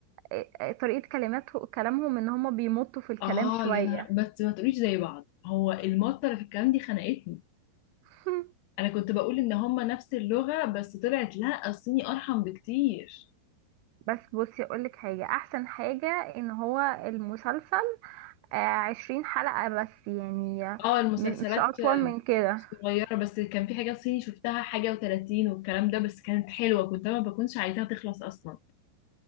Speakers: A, on the right; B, on the left.
A: آه، آه، طريقة كلماته كلامهم ان هما بيمطوا في الكلام
B: اه
A: شوية
B: يا نهار بس ما تقوليش زي بعض هو المطة اللي في الكلام دي خنقتني
A: <laughs>
B: انا كنت بقول ان هم نفس اللغة بس طلعت لا الصيني ارحم بكتير
A: بس بصي اقولك حاجة احسن حاجة ان هو المسلسل آه، عشرين حلقة بس يعني آه،
B: اه المسلسلات
A: م- مش اطول من كده
B: صغيرة بس كان في حاجات صيني شفتها حاجة وتلاتين والكلام ده بس كانت حلوة كنت أنا ما بكونش عايزاها تخلص أصلا